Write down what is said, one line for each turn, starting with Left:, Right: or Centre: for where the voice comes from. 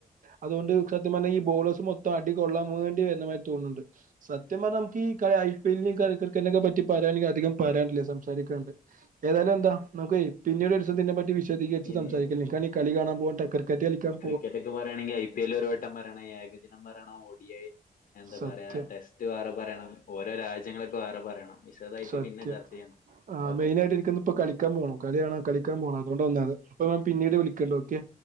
Right: അതുകൊണ്ട് സത്യം പറഞ്ഞ ഈ ബോളേഴ്സ് മൊത്തം അടി കൊള്ളാൻ വേണ്ടി വരുന്നമായി തോന്നുന്നുണ്ട് സത്യം നമ ഐ പി എല്ലിന ക്രിക്കറ്റിനെ പറ്റി പറയെങ്കിൽ അധികം പറയില്ലേ സംസാണ്ട് ഏതായാലും എന്താ നമുക്കെയ് പിന്നീട് ഒരുദിവസം ഇതിനെപ്പറ്റി വിശദീകരിച്ച്
Left: പിൻ
Right: സംസാരിക്കാം ഈ കളി കാണാൻ പോകണ്ട് ക്രിക്കറ്റ് കളിക്കാം
Left: കറ്റക്കെ പറയാണെങ്കിൽ ഐ പി എൽ ഒരു വട്ടം പറയണം ഏകദിനംരണോഓ ഡി ഐ എന്താ
Right: സത്യം.
Left: പറയാ ടെസ്റ്റ് വേറെ പറയണം ഓരോ രാജ്യങ്ങളൊക്കെ വേറെ പറയണം വിശദായിട്ട്
Right: സത്യം
Left: പിന്നെ ചർച്ച ചെയ്യാം
Right: ആ
Left: ഓക്കെ
Right: മെയിനായിട്ട് എനിക്കോന്ന് ഇപ്പൊ കളിക്കാൻ പോണം കളിയണോ കളിക്കാൻ പോണം അതുകൊണ്ട് വന്നാത് അപ്പൊ ഞൻ പിന്നീട് വിളിക്കണ്ട് ഓക്കെ